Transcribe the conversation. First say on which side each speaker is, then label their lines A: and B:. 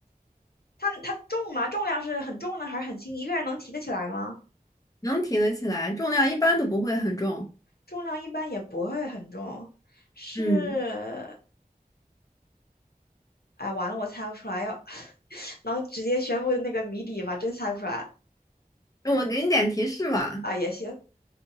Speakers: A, on the left; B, on the left.
A: 它它重吗？重量是很重呢，还是很轻？一个人能提得起来吗？
B: 能提得起来，重量一般都不会很重，
A: 重量一般也不会很重，是，
B: 嗯，
A: 哎，完了，我猜不出来，要 <laughs> 能直接宣布那个谜底吗？真猜不出来
B: 那我给你点提示吧，
A: 啊，也行，